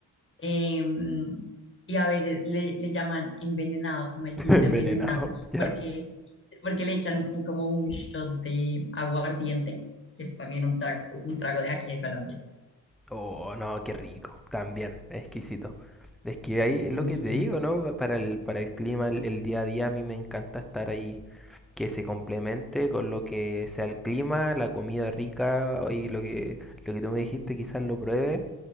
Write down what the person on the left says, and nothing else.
em, y a veces le, le llaman envenenado, como el
tinto
envenenado, es
porque, es porque le echan un- como un shot de aguardiente, que es también un trago, un trago de aquí de Colombia.
Mm,
Sí.